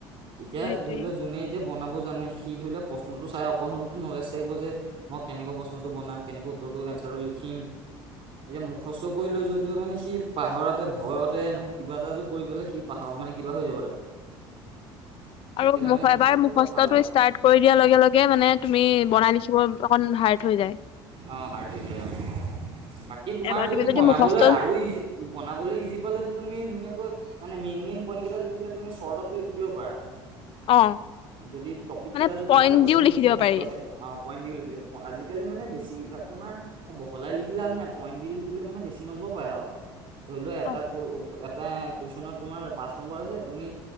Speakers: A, on the right; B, on the left.
A: এতিয়া
B: সেইটোৱে
A: ধৰি লও যোনেই এতিয়া বনাব জানে সি ধৰি লৱা প্ৰশ্নটো চাই অকণ হ'লেতো নলেজ থাকিব যে মই কেনেকৈ প্ৰশ্নটো বনাম কেনেকে উত্তৰটো এনচাৰটো লিখিম এতিয়া মুখস্থ কৰি লৈ যোৱা সটো মানে সি পাহৰাতে ভয়তে নহয় কিবা এটাটো কৰি পেলাই সি পাহৰা মানে কিবা হৈ যাব তা <inaudible>
B: আৰু
A: সেইটো
B: এবাৰ
A: ফালৰ
B: মুখস্থতটো
A: পৰা ভাল আৰু
B: ষ্টাৰ্ট কৰি দিয়াৰ লগে লগে মানে তুমি বনাই লিখিব অকন হাৰ্ট হৈ যায়
A: অ হাৰ্ট হৈ যায় অ বাকী তোমাৰ
B: এবাৰ
A: যদি
B: তুমি
A: বনাবলৈ
B: মুখস্থ
A: আৰু আৰু ইজি বনাবলৈ ইজি পালেতো তুমি ধুনীয়াকৈ মানে মেইন, মেইন পইণ্ট কেইটা লিখিলে তুমি শৰ্টতো লিখি দিব পাৰা।
B: অ
A: যদি টপিক
B: মানে
A: কেইটা যদি
B: পইণ্ট
A: ভালকৈ
B: দিও
A: তুমি
B: লিখি দিব
A: পঢ়ি
B: পাৰি
A: থোৱা চাগে <unintelligible> পইণ্ট দি লিখিব, আজাকালি মানে বেছি ভাগ তোমাৰ বহলাই লিখি লাভ নাই পইণ্ট দি লিখিলে মানে বেছি নম্বৰ পাই আৰু, ধৰি লোৱা এটা
B: অ
A: এটা কুৱেশ্যনত তোমাৰ পাঁচ নম্বৰ আছে তুমি